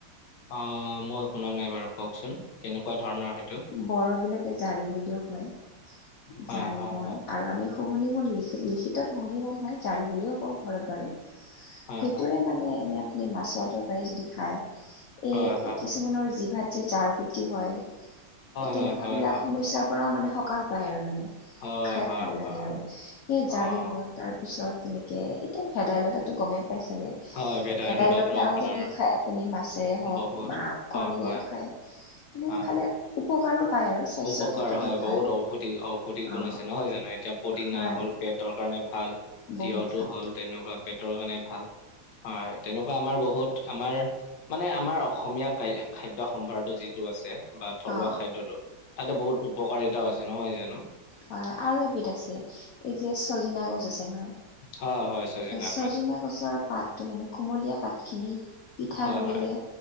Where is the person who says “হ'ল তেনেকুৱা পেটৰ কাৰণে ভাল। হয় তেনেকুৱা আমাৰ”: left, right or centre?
Left